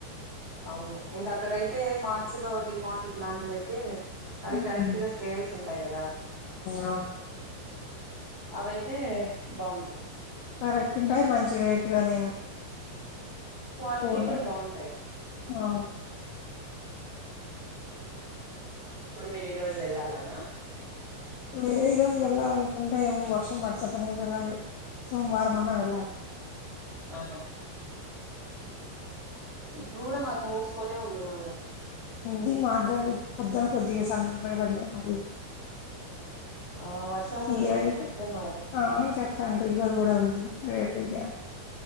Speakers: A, on the right; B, on the left.
A: అవును ఇంకా అక్కడ అయి తే మార్ట్స్ లో డీమార్ట్ ఇట్లాంటివి అయితే అవి
B: ఉమ్
A: కరెక్ట్ గా స్కేల్స్ ఉంటాయి గదా
B: అవును
A: అవైతే బాగుంటుంది
B: కరెక్ట్ ఉంటాయి మంచి రేటు గానీ
A: క్వాలిటీ
B: కొనక్
A: కూడా బాగుంటాయి
B: ఆ
A: ఇప్పుడు మీరు ఈ రోజు వెళ్ళాలనా
B: యే ఈ రోజు వెళ్ళాలనుకుంటే ఏమో వర్షం పడిసత్తనే వెళ్ళాలి సోమవారం అన్నా వెళ్ళాలి
A: ఆహా ఇప్పుడు కూడా మాకు మూసుకోనే ఉంది మేడం
B: ఉంది మాగాడి పొద్దున కొద్దిగా సన్నగా పడినాయి మది
A: ఆ వర్షం ఉంది
B: ఈజు
A: అని చెప్తున్నారు
B: అవును చెప్పండి ఈజు కూడా ఉంది అయిపోయింది